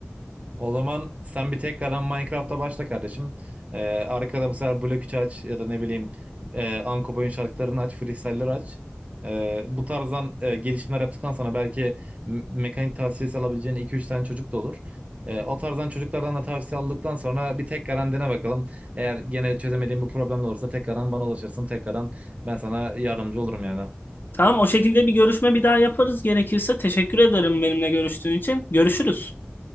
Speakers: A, on the right; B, on the left.
A: O zaman sen bir tekrardan Minecraft'a başla kardeşim. Ee, arkada bu sefer blok 3 aç ya da ne bileyim e, Anko Boy'un şarkılarını aç, freestyle'ları aç. Ee, bu tarzdan e, gelişimler yaptıktan sonra belki m- mekanik tavsiyesi alabileceğin iki üç tane çocuk da olur. Ee, o tarzdan çocuklardan da tavsiye aldıktan sonra bir tekrardan dene bakalım. Eğer gene çözemediğin bir problem olursa tekrardan bana ulaşırsın. Tekrardan ben sana yardımcı olurum yani.
B: Tamam, o şekilde bir görüşme bir daha yaparız gerekirse. Teşekkür ederim benimle görüştüğün için. Görüşürüz.